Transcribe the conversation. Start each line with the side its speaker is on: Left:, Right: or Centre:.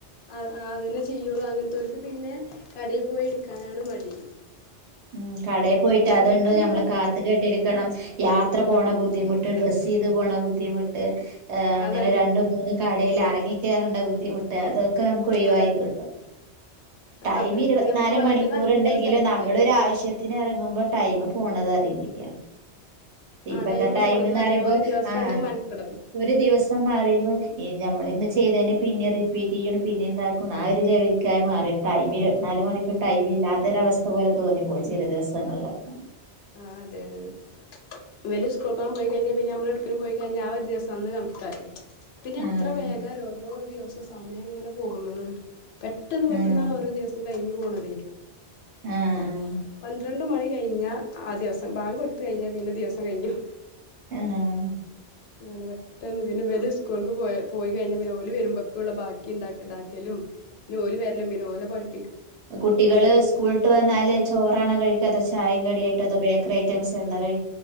Left: ആ അതെന്നെ ചെയ്യുള്ളൂ അങ്ങനത്തോര്ക്ക് പിന്നെ കടേ പോയി ഇട്ക്കാനാണ് മടി
Right: ഉം കടെ പോയിട്ട് അതുണ്ടോ
Left: എനിക്കിപ്പോ
Right: നമ്മള്
Left: സ
Right: കാത്തു കെട്ടിരിക്കണം യാത്ര പോണ ബുദ്ധിമുട്ട്
Left: ഉം
Right: ഡ്രസ്സീത് പോണ ബുദ്ധിമുട്ട് എ് അങ്ങനെ
Left: അതാണ്
Right: രണ്ട് മൂന്ന് കടേലറ - ഇങ്ങികേറണ്ട ബുദ്ധിമുട്ട് അതൊ ക്കെ നമ്മ്ക്ക് ഒയ്വായിക്കിട്ടും
Left: അതാണ്
Right: ടൈം
Left: അതാണ്
Right: ഇരുപത്തിനാല്
Left: ഇത് നമുക്ക് വേണ്ടത്
Right: മണിക്കൂർ
Left: അങ്ങനെ
Right: ഇണ്ടെങ്കിലും
Left: സെലക്ട്
Right: നമ്മൾ
Left: ചെയ്യാ
Right: ഒരു ആവശ്യത്തിന് എറങ്ങുമ്പോ ടൈമ് പോണത് അറിയില്ല
Left: ആ
Right: ഇപ്പത്തെ
Left: ടൈം
Right: ടൈമ്ന്ന്
Left: പോണതും അറിയില്ല
Right: പറയുമ്പോ
Left: ഒരു ദിവസാണ്
Right: ആ
Left: മെനക്കെടൽ
Right: ഒരു ദിവസം എന്ന് പറയുമ്പോൾ ഈ ഞമ്മളിന്ന്- ചെയ്തേൻ്റെ- പിന്നെ റിപ്പീറ്റിയ്യണം പിന്നെന്താക്കും ആ ഒരു ലെവലക്കായി മാറി ടൈമ് ഇരുപത്തിനാല് മാറിട്ട് ടൈം ഇല്ലാത്ത ഒരു അവസ്ഥപോലെ തോന്നിപ്പോയി ചില ദിവസങ്ങളിലൊക്കെ
Left: ആ അതെ അതെ വലിയ സ്കൂൾക്കെങ്ങാൻ പോയി കഴിഞ്ഞ പിന്നെ ഞമ്മള് എവിടെക്കേലും പോയി കഴിഞ്ഞ ആ ഒരു ദിവസം അന്ന് കണക്കായി പിന്നെ എത്ര
Right: ആഹ്
Left: വേഗറിയോ ഓരോ ദിവ സമയം ഇങ്ങനെ പോകുന്നത് പെട്ടെന്ന് പെട്ടെന്നാണ്
Right: ഉം
Left: ഓരോ ദിവസം- കഴിഞ്ഞു പോണതേ
Right: ആഹ് ആഹ്
Left: പന്ത്രണ്ട് മണി കഴിഞ്ഞ- ആ ദിവസം ബാങ്ക് കൊടുത്ത് കഴിഞ്ഞ പിന്നെ ദിവസം കഴിഞ്ഞു
Right: ആഹ്
Left: അങ്ങനെ പെട്ടന്ന് പിന്നെ വല്യ സ്കൂൾക്ക് പോ പോയി കഴിഞ്ഞാ പിന്നെ ഓല് വരുമ്പോക്കുള്ള ബാക്കി ഇണ്ടാക്കലും താക്കലും പിന്നെ ഓല് വരലും പിന്നെ ഓലെ പഠി
Right: കുട്ടികള് സ്കൂളിട്ട് വന്നാല് ചോറാണോ കഴിക്കാ അതോ ച - ചായും കട്യായിട്ടോ തോ ബേ ക്കറി ഐറ്റംസ് എന്താ കഴി